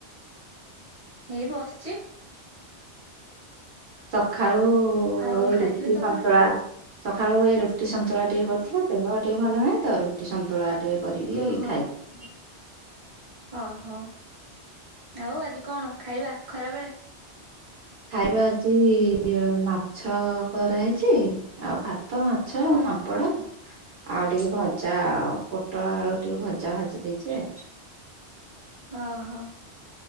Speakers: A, on the right; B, on the right.
A: ଏଇ ବସି
B: ସଖାଳୁ
A: ଆଉ କଣ
B: ଏଇ
A: ଖାଇଥିଲେ
B: ରୁଟି
A: ସକାଳୁ?
B: ସନ୍ତୁଳା। ସଖାଳୁ ଏ ରୁଟି ସନ୍ତୁଳା ଟିକେ କରିଥିଲି ଦେହ ଟିକେ ଭଲ ନାହିଁ ତ ରୁ ସନ୍ତୁଳା ଟିକେ କରିକି
A: ଓହୋ
B: ଖାଇବି।
A: ଓହୋ ଆଉ ଆଜି କଣ ଖାଇବା ଖରାବେଳେ?
B: ଖାଇବା ଆଜି ମାଛ କରାହେଇଚି। ଆଉ ଭାତ ମାଛ
A: ହୁଁ
B: ପାମ୍ପଡ। ଆଉ ଟିକେ ଭଜା ପୋଟଳ ଆଳୁ ଟିକେ ଭଜା ଭାଜି ଦେଇଛି ଆଉ।
A: ଓହୋ।